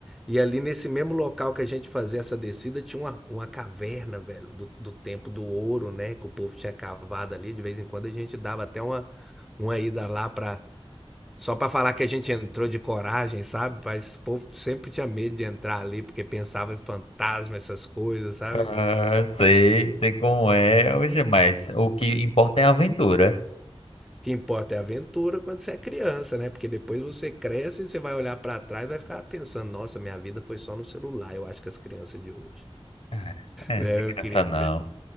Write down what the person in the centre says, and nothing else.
E ali nesse mesmo local que a gente fazia essa descida, tinha uma, uma caverna, velho, do, do tempo do ouro, né? Que o povo tinha cavado ali. De vez em quando a gente dava até uma, uma ida lá pra. Só pra falar que a gente entrou de coragem, sabe? Mas o povo sempre tinha medo de entrar ali, porque pensava em fantasma, essas coisas, sabe?
O
que importa é a aventura quando você é criança, né? Porque depois você cresce e você vai olhar pra trás e vai ficar pensando: nossa, minha vida foi só no celular, eu acho que as crianças de hoje.
É,
eu
queria.